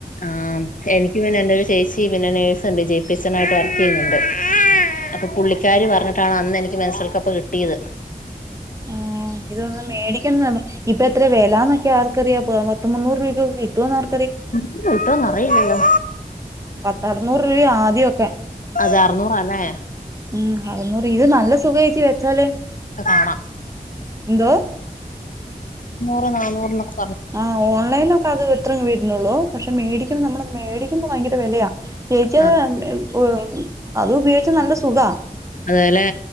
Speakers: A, on the left; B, on the right.
A: ആ എനിക്ക് പിന്നെ എന്റെ ഒരു ചേച്ചി പിന്നെ നേഴ്സൊണ്ട് ജെ പി സണായിട്ട് വർക്ക് എയ്യുന്ന <inaudible> ചെയ്യുന്നുണ്ട് അപ്പ പുള്ളിക്കാരി പറഞ്ഞിട്ടാണ് അന്ന്ന്നെ എനിക്ക് മെൻസൽക്കപ്പ് കിട്ടിയത്
B: ആ ഇതൊന്ന് മേടിക്ക്ന്ന് വ ഇപ്പ എത്ര വെലാന്നൊക്കെ ആർക്കറിയ ഇപ്പോ പത്തു മുന്നൂറ് റ്‌രൂപകിട്ടോന്ന് ആർ
A: ഇന്ന് കിട്ടോന്നറിയില്ലല്ലോ
B: പത്തറുന്നൂറ് രൂപ ആദ്യമൊക്കെ
A: അത് അറ്നൂറാല്ലേ
B: ഉം അറുന്നൂറ് ഇത് നല്ല സുഖ ഏച്ചി വെച്ചാല്.
A: കാണാം
B: ന്തോ
A: ഇപ്പ നാനൂറിനൊക്കെ
B: ആ ഓൺലൈനൊക്ക അത് ഇത്രേം വരുന്നുള്ളൂ പക്ഷെ ഇത് മേടിക്കുന്ന നമ്മള് മേടിക്കുന്ന ഭയങ്കര വെലെയാ ചേച്ചി അത്
A: ആ
B: മ് ങ് അത് ഉപയോഗിച്ച നല്ല സുഖാ
A: അതെല്ലേ